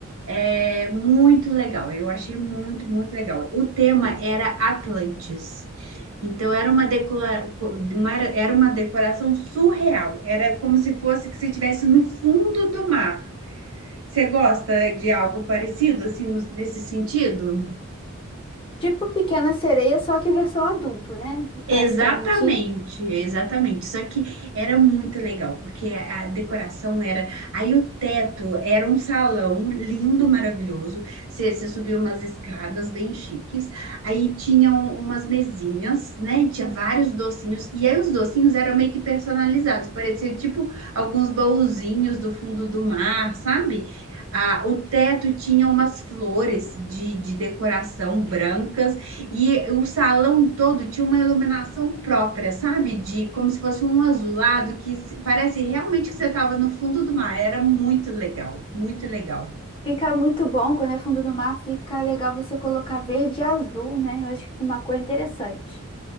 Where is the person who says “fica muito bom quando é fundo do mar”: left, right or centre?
Left